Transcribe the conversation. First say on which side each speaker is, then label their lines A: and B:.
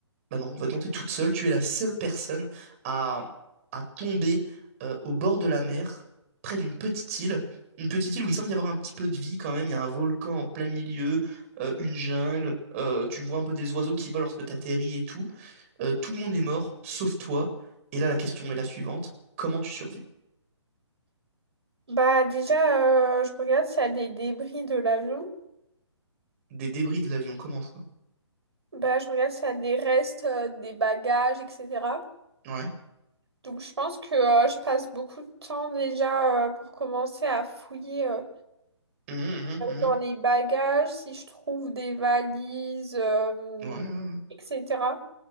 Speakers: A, on the right (about 30°); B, on the right (about 60°).
A: bah non, on va tenter toute seule. Tu es la seule personne à, à tomber euh, au bord de la mer, près d'une petite île. Une petite île où il semble y avoir un petit peu de vie quand même. Il y a un volcan en plein milieu, euh, une jungle. euh, tu vois un peu des oiseaux qui volent lorsque t'atterris et tout. Euh, tout le monde est mort, sauf toi. Et là, la question est la suivante. Comment tu survis?
B: Bah déjà, euh, je regarde s'il y a des débris de l'avion.
A: Des débris de l'avion, comment ça?
B: Bah je regarde s'il y a des restes, euh, des bagages, etc.
A: Ouais.
B: Donc je pense que euh, je passe beaucoup de temps déjà euh, pour commencer à fouiller euh,
A: Mhm, mhm,
B: dans les bagages, si je trouve des valises, euh,
A: mhm. Ouais, ouais,
B: etc.